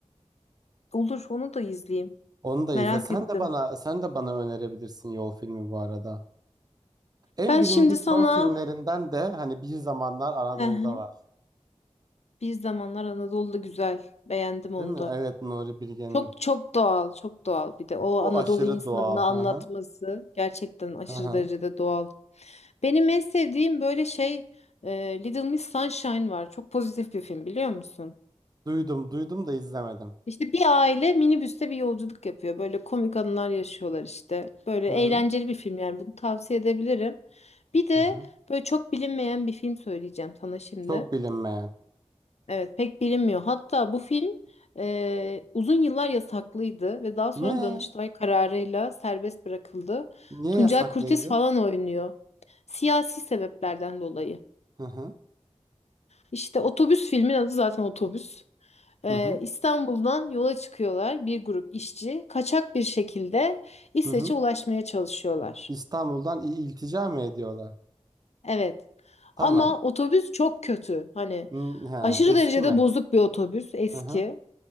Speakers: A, on the left; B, on the right.
A: Olur, onu da izleyeyim.
B: Onu da
A: Merak
B: izle. Sen
A: ettim.
B: de bana sen de bana önerebilirsin yol filmi bu arada. En
A: Ben
B: bilindik
A: şimdi sana
B: yol filmlerinden de hani Bir Zamanlar Anadolu'da
A: Hı hı.
B: var.
A: Bir Zamanlar Anadolu'da güzel. Beğendim onu
B: Değil mi?
A: da.
B: Evet Nuri Bilge'nin.
A: Çok çok doğal, çok doğal. Bir de o Anadolu
B: O aşırı
A: insanını
B: doğal.
A: anlatması
B: Hı hı.
A: gerçekten aşırı
B: Hı hı.
A: derecede doğal. Benim en sevdiğim böyle şey e, Little Miss Sunshine var. Çok pozitif bir film biliyor musun?
B: Duydum, duydum da izlemedim.
A: İşte bir aile minibüste bir yolculuk yapıyor. Böyle komik anılar yaşıyorlar işte. Böyle
B: Hı
A: eğlenceli
B: hı.
A: bir film yani bunu tavsiye edebilirim. Bir de
B: Hı hı.
A: böyle çok bilinmeyen bir film söyleyeceğim sana şimdi.
B: Çok bilinmeyen.
A: Evet pek bilinmiyor. Hatta bu film e, uzun yıllar yasaklıydı ve daha sonra
B: Ne?
A: Danıştay kararıyla serbest bırakıldı.
B: Niye
A: Tuncel
B: yasaklıydı?
A: Kurtiz falan oynuyor. Siyasi sebeplerden dolayı.
B: Hı hı.
A: İşte otobüs filmin adı zaten otobüs. Ee,
B: Hı hı.
A: İstanbul'dan yola çıkıyorlar bir grup işçi. Kaçak bir şekilde İsveç'e
B: Hı hı.
A: ulaşmaya çalışıyorlar.
B: İstanbul'dan i- iltica mı ediyorlar?
A: Evet.
B: Tamam.
A: Ama otobüs çok kötü. Hani
B: Hı, ha,
A: aşırı
B: eski
A: derecede
B: mi?
A: bozuk bir otobüs eski.
B: Hı hı.